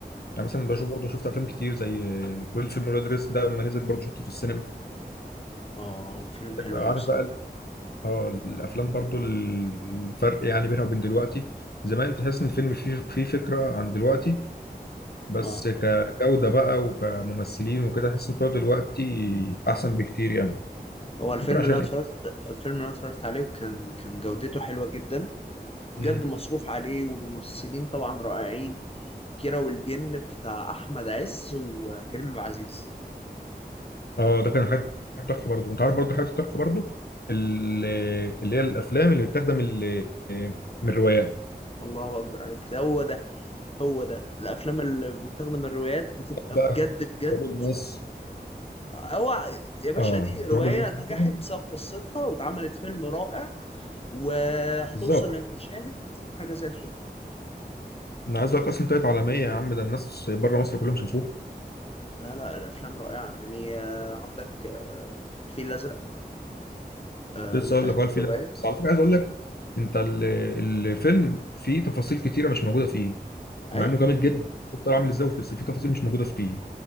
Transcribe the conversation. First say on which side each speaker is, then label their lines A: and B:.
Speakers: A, on the left; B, on the left.
A: يعني مثلا بشوف
B: اه
A: برضه شفت افلام كتير زي فول فيلم ولاد رزق ده لما نزل برضه شفته في السينما
B: اه فيلم
A: عندك
B: حلو
A: بقى
B: قوي
A: عارف
B: الصراحة.
A: بقى ال- اه الافلام برضه الفرق يعني بينها وبين دلوقتي زمان تحس ان الفيلم فيه فيه فكره عن دلوقتي بس
B: اه
A: كجوده بقى وكممثلين وكده تحس ان بتوع دلوقتي احسن بكتير يعني
B: هو الفيلم
A: ممكن
B: اللي
A: عشان
B: انا اتفرجت الفيلم اللي انا اتفرجت عليه وكان كان جودته حلوه جدا وبجد
A: إيه؟
B: مصروف عليه والممثلين طبعا رائعين كيرة والجن بتاع احمد عز وكريم عبد العزيز
A: اه ده كان حاجه تحفه برضه وانت عارف برضه حاجه تحفه برضه ال- اللي هي الافلام اللي بتخدم ال- من الروايات
B: الله اكبر عليك ده هو ده هو ده الافلام اللي بتاخد من الروايات بتبقى
A: بقى
B: بجد بجد
A: تراب الماس
B: هو يا باشا
A: اه
B: دي روايه
A: تراب الماس
B: نجحت
A: مثلا
B: بسبب قصتها واتعملت فيلم رائع وهتوصل
A: بالظبط
B: للمشاهد حاجه زي الفل
A: انا عايز اقول لك اصلا طلعت عالميه يا عم ده الناس بره مصر كلهم شافوه
B: لا لا الافلام رائعه يعني آه، عندك آه، الفيل الازرق آه،
A: كنت لسه
B: متاخد
A: اقول لك هو
B: من
A: الفيلم
B: الرواية
A: بس على فكره عايز اقول لك انت ال- الفيلم فيه تفاصيل كتيره مش موجوده فيه
B: أيوة
A: مع انه جامد جدا شفت هو عامل ازاي بس فيه تفاصيل مش موجوده فيه